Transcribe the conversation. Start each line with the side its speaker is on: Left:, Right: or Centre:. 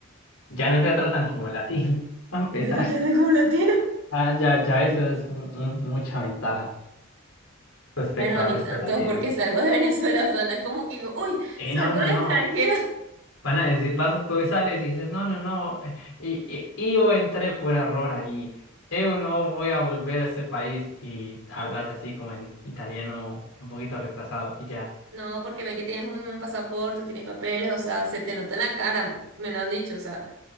Left: ya no te tratan como latino, <laughs> para
Right: <laughs>
Left: empezar.
Right: Yo no te tengo como latino.
Left: Ah, ya, ya eso es un- un- mucha ventaja respecto
Right: Bueno,
Left: al
Right: ni
Left: resto
Right: tanto,
Left: de latinos.
Right: porque salgo de Venezuela, <laughs> o sea, no es como que digo, uy,
Left: Y
Right: salgo
Left: no, no,
Right: del
Left: no.
Right: extranjero.
Left: Van a decir, vas tú y sales y dices, no, no, no, eh, y, y, y yo entré por error ahí, yo no voy a volver a este país y hablas así como en italiano un poquito retrasado y ya,
Right: No, porque ven que tienes un pasaporte, tienes papeles, o sea, se te nota en la cara, me lo han dicho, o sea.